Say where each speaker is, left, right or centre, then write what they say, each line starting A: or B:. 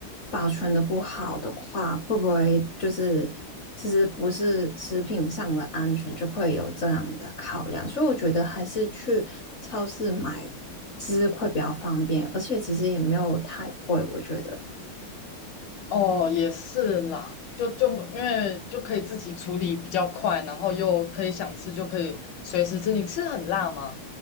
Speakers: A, on the left (about 50°); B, on the left (about 70°).
A: 保存的不好的话，会不会就是其实不是食品上的安全，就会有这样的考量。所以我觉得还是去超市买吃会比较方便，而且其实也没有太贵，我觉得。
B: 哦，也是啦，就就因为就可以自己处理比较快，然后又可以想吃就可以随时吃。你吃很辣吗？